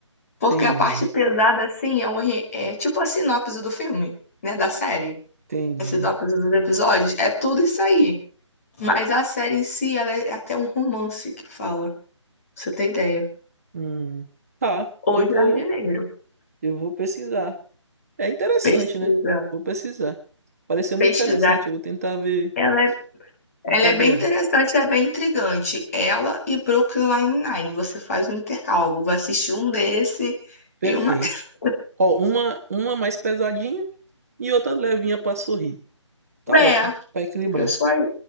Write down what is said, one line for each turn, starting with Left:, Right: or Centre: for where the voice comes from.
Left: Porque
Right: entendi,
Left: a parte pesada, assim, é, um, re- é tipo a sinopse do filme, né? Da série.
Right: entendi.
Left: A sinopse dos episódios, é tudo isso aí. Mas a série em si, ela é até um romance que fala. pra Você tem ideia?
Right: Hum, tá, eu
Left: ou
Right: vou,
Left: jardineiro.
Right: eu vou pesquisar. É interessante,
Left: Pesquisa,
Right: né? Vou pesquisar. Pareceu muito
Left: pesquisar.
Right: interessante. Eu vou tentar ver,
Left: Ela é, ela
Right: tentar
Left: é bem
Right: ver
Left: interessante,
Right: ela.
Left: é bem intrigante. Ela e Brooklyn Nine-Nine. Você faz um intercalvo, vai assistir um desse
Right: Perfeito.
Left: e uma. <laughs>
Right: Ó, uma, uma mais pesadinha e outra levinha pra sorrir. Tá
Left: É,
Right: ótimo, Pra equilibrar.
Left: eu sou aí.